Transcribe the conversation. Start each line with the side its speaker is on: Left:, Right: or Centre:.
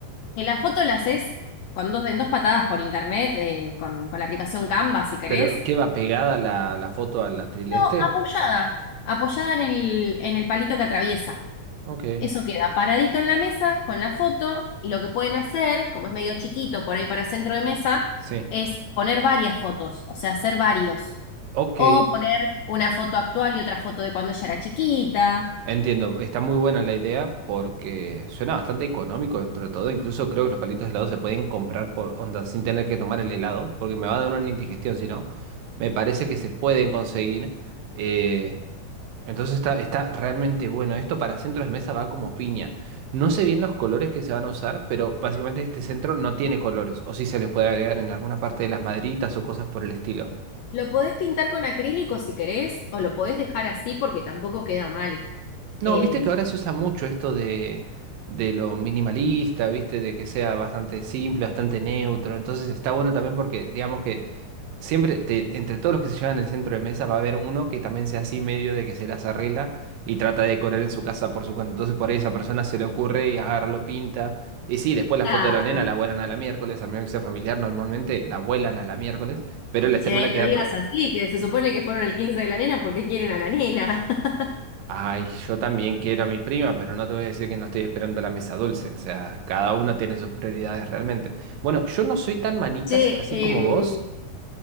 Left: Que la foto la haces con dos, en dos patadas por internet, eh, con, con la aplicación Canva, si querés.
Right: Pero, ¿qué va pegada la, la foto a la trileste?
Left: No, apoyada, apoyada en el, en el palito que atraviesa.
Right: Ok.
Left: Eso queda paradito en la mesa con la foto y lo que pueden hacer, como es medio chiquito por ahí para centro de mesa,
Right: Sí.
Left: es poner varias fotos, o sea, hacer varios.
Right: Ok.
Left: O poner una foto actual y otra foto de cuando ella era chiquita.
Right: Entiendo, está muy buena la idea porque suena bastante económico dentro de todo. Incluso creo que los palitos de helado se pueden comprar por onda sin tener que tomar el helado, porque me va a dar una indigestión si no. Me parece que se pueden conseguir. eh, entonces está, está realmente bueno. Esto para centros de mesa va como piña. No sé bien los colores que se van a usar, pero básicamente este centro no tiene colores. O si se les puede agregar en alguna parte de las maderitas o cosas por el estilo.
Left: Lo podés pintar con acrílico si querés, o lo podés dejar así porque tampoco queda mal.
Right: No,
Left: Eh,
Right: viste que ahora se usa mucho esto de, de lo minimalista, viste, de que sea bastante simple, bastante neutro. Entonces está bueno también porque, digamos que siempre, te- entre todos los que se llevan el centro de mesa, va a haber uno que también sea así medio de que se las arregla y trata de decorar en su casa por su cuenta. Entonces por ahí esa persona se le ocurre y agarra, lo pinta. Y sí, después la
Left: claro.
Right: foto de la nena la vuelan a la miércoles, a menos que sea familiar, normalmente la vuelan a la miércoles, pero les
Left: Che,
Right: termina quedando
Left: no digas así, que se supone que fueron el 15 de la nena porque quieren a la nena. <laughs>
Right: Ay, yo también quiero a mi prima, pero no te voy a decir que no estoy esperando la mesa dulce. O sea, cada uno tiene sus prioridades realmente. Bueno, yo no soy tan manitas
Left: Che,
Right: así
Left: em,
Right: como vos.